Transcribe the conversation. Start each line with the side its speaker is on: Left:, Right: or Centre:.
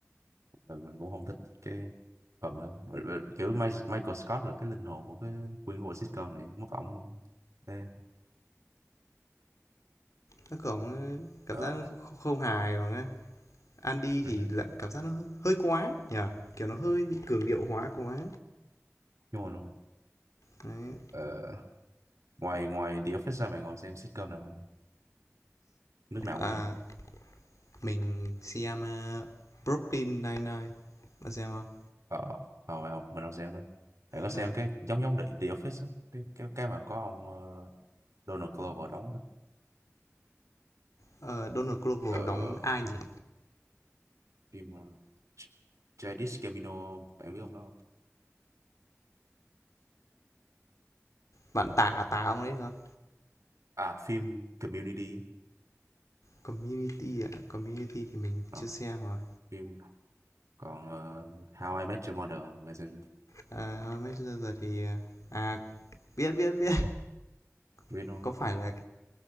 Right: ừ, mình cũng không thích cái phần đó Mà- mà kiểu Mi- Michael Scott là cái linh hồn của cái nguyên của bộ sitcom này mất ổng Ê,
Left: Các cổng cảm
Right: ờ
Left: giác nó kh không hài bằng á. Andy thì
Right: ừ, hứ,
Left: lại cảm giác nó hơi quá nhỉ? Kiểu nó hơi bị cường điệu hóa quá.
Right: đúng rồi, đúng rồi.
Left: Đấy,
Right: Ờ, ngoài ngoài The Office ra bạn còn xem sitcom nào không nước nào
Left: à,
Right: cũng được
Left: mình xem, a, Brooklyn Nine-Nine, bạn xem không?
Right: ờ ờ bạn mình không xem lắm bạn có xem
Left: Ờ,
Right: cái giống giống The, The Office á cái cái cái mà có ông ờ, Donald Glover đóng đó
Left: ờ, Donald Glover
Right: ờ
Left: đóng ai nhỉ?
Right: phim ờ, Ch- Childish Gambino bạn biết ông đó không
Left: bạn Tà, à, Tà ông đấy đúng không?
Right: à phim Community á.
Left: Community ạ, à? Community thì mình
Right: Ờ,
Left: chưa xem rồi.
Right: phim còn ờ, How I Met Your Mother là sao
Left: À, How I thì à à, biết biết biết.
Right: biết
Left: <laughs>
Right: luôn
Left: Có phải là